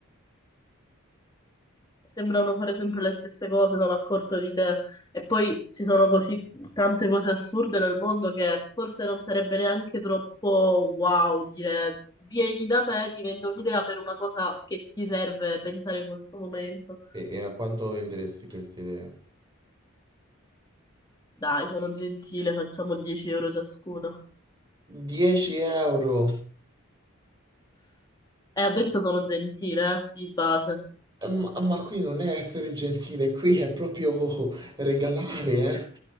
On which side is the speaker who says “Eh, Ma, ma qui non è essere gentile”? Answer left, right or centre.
Right